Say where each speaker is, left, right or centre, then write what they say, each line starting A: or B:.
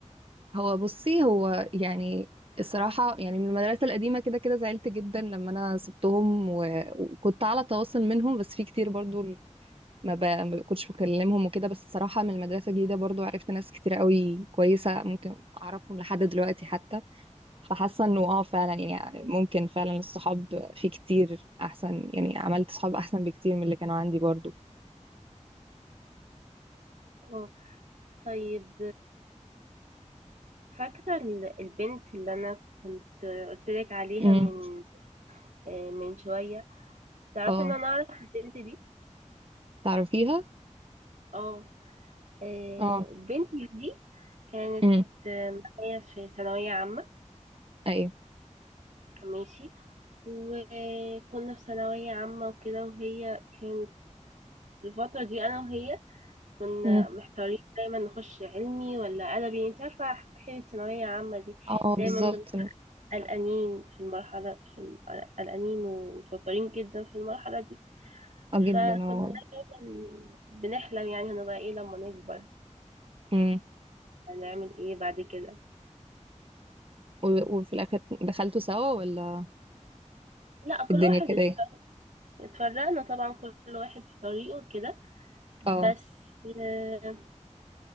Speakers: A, on the right (about 45°); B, on the right (about 75°).
A: هو بصي هو يعني الصراحة يعني من المدرسة القديمة كده كده زعلت جدا لما أنا سبتهم و... وكنت على تواصل منهم بس في كتير برضو ما, ب... ما كنتش بكلمهم وكده بس الصراحة من المدرسة الجديدة برضو عرفت ناس كتير قوي كويسة ممكن أعرفهم لحد دلوقتي حتى فحاسه انه اه فعلا يعني ممكن فعلا الصحاب في كتير احسن يعني عملت صحاب احسن بكتير من اللي كانوا عندي برضو
B: اه طيب فاكرة ال- البنت اللي أنا كنت قلتلك عليها
A: امم
B: من آه، من شوية تعرفي
A: اه
B: إن أنا أعرف البنت دي
A: تعرفيها
B: اه آه،
A: اه
B: البنت دي كانت
A: امم
B: آه، معايا في ثانوية عامة
A: ايوه
B: ماشي وكنا في ثانوية عامة وكده وهي كانت في الفترة دي أنا وهي كنا
A: امم
B: محتارين دايما نخش علمي ولا أدبي انت عارفة حين الثانوية عامة دي
A: اه
B: دايما
A: بالظبط
B: بنبقى
A: اه
B: قلقانين في المرحلة في الم- قلقانين ومتوترين جدا في المرحلة دي
A: جدا
B: فكنا
A: اه
B: دايما بنحلم يعني هنبقى ايه لما نكبر
A: امم
B: وهنعمل ايه بعد كده
A: و- وفي الاخر دخلتوا سوا ولا
B: لا كل
A: الدنيا
B: واحد
A: كده
B: اتف-
A: ايه
B: اتفرقنا طبعا كل واحد في طريقه كده بس
A: اه
B: آه،